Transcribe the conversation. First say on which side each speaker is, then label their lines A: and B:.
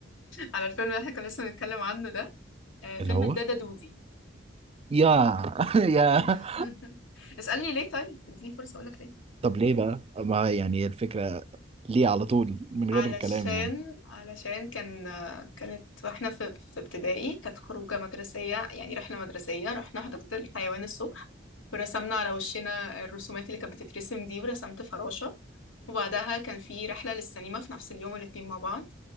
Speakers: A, on the left (about 80°); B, on the right (about 30°).
A: على الفيلم اللي احنا كنا لسه بنتكلم عنه ده آه، فيلم
B: اللي هو
A: الدادا دودي
B: يا <laughs> يا
A: <laughs> اسألني ليه طيب اديني فرصة اقولك ليه
B: طب ليه بقى ما يعني الفكرة ليه على طول من غير
A: علشان
B: كلام يعني
A: علشان كان آه، كانت واحنا في في ابتدائي كانت خروجة مدرسية يعني رحلة مدرسية رحنا حديقة الحيوان الصبح ورسمنا على وشنا الرسومات اللي كانت بتترسم دي ورسمت فراشة وبعدها كان في رحلة للسينما في نفس اليوم الاتنين مع بعض